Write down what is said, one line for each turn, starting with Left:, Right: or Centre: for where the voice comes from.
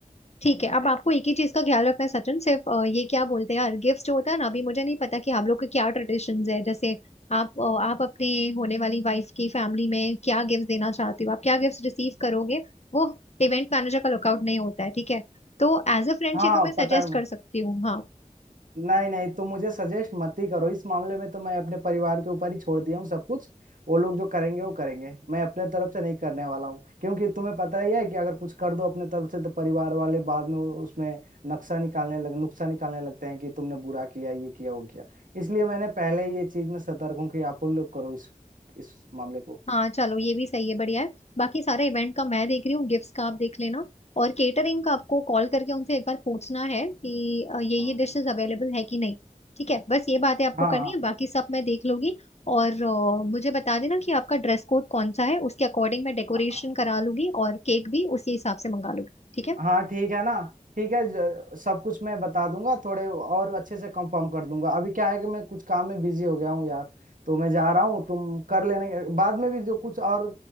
Left: ठीक है अब आपको एक ही चीज का ख्याल रखना है सचिन सिर्फ अ, ये क्या बोलते हैं यार गिफ्ट जो होता है ना अभी मुझे नहीं पता कि आप लोग के क्या ट्रेडिशंस है जैसे आप अ, आप अपने होने वाली वाइफ की फैमिली में क्या गिफ्ट देना चाहते हो आप क्या गिफ्ट रिसीव करोगे वो इवेंट मैनेजर का लुकआउट नहीं होता है ठीक है तो एज अ फ्रेंड
Right: हाँ
Left: ये तो मैं सजेस्ट
Right: पता है
Left: कर सकती हूँ हाँ
Right: नहीं नहीं तुम मुझे सजेस्ट मत ही करो इस मामले में तो मैं अपने परिवार के ऊपर ही छोड़ दिया हूँ सब कुछ वो लोग जो करेंगे वो करेंगे मैं अपने तरफ से नहीं करने वाला हूँ क्योंकि तुम्हें पता ही है कि अगर कुछ कर दो अपने तरफ से तो परिवार वाले बाद में उसमें नक्शा निकालने लग नुक्शा निकालने लगते हैं कि तुमने बुरा किया ये किया वो किया इसलिए मैंने पहले ही ये चीज में सतर्क हूँ कि आप लोग करो इस इस मामले को
Left: हाँ चलो ये भी सही है बढ़िया है बाकी सारे इवेंट का मैं देख रही हूँ गिफ्ट्स का आप देख लेना और केटरिंग का आपको कॉल करके उनसे एक बार पूछना है कि अ, ये ये
Right: हाँ
Left: डिशेस अवेलेबल है कि नहीं ठीक है बस ये बातें आपको
Right: हाँ
Left: करनी है बाकी सब मैं देख लूंगी और अ, मुझे बता देना कि आपका ड्रेस कोड कौन सा है उसके अकॉर्डिंग मैं डेकोरेशन
Right: हाँ
Left: करा लूंगी और केक भी उसी हिसाब से मंगा लूंगी ठीक है
Right: हाँ ठीक है ना ठीक है ज- सब कुछ मैं बता दूंगा थोड़े और अच्छे से कंफर्म कर दूंगा अभी क्या है कि मैं कुछ काम में बिजी हो गया हूँ यार तो मैं जा रहा हूँ तुम कर लेने के बाद में भी जो कुछ और